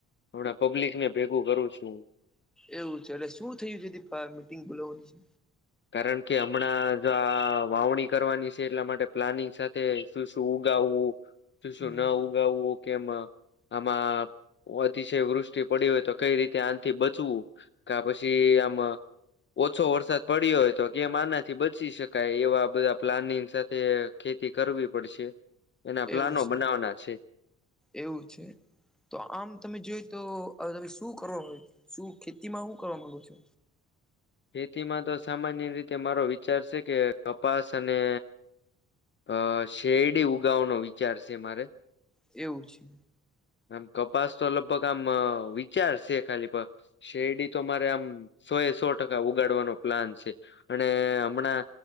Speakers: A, on the left; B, in the centre.
A: હમણાં પબ્લિક ને ભેગું કરું છું.
B: એવું છે એલે શું થયું છે કે મીટિંગ બોલાવવાની છે.
A: કારણ કે હમણાં જો આ વાવણી કરવાની છે એટલા માટે પ્લાનિંગ સાથે શું શું ઉગાવવું તું શું
B: હમ
A: ના ઉગાવવું કેમા આમાં અતિશય વૃષ્ટિ પડી હોય તો કઈ રીતે આથી બચવું કા પછી આમાં ઓછો વરસાદ પડ્યો હોય તો કેમ આનાથી બચી શકાય એવા બધા પ્લાનિંગ સાથે ખેતી કરવી પડશે એના પ્લાનો
B: એવું છે
A: બનાવવાના છે
B: એવું છે. તો આમ તમે જોઈ તો અ તમે શું કરો હોય શું ખેતીમાં શું કરવા માંગો છો.
A: ખેતીમાં તો સામાન્ય રીતે મારો વિચાર છે કે કપાસ અને અ શેરડી ઉગાનો વિચાર છે મારે
B: એવું છે.
A: આમ કપાસ તો લગભગ આમ વિચારશે ખાલી શેરડી તો મારે આમ સો એ સો ટકા ઉગાડવાનો પ્લાન છે અને હમણાં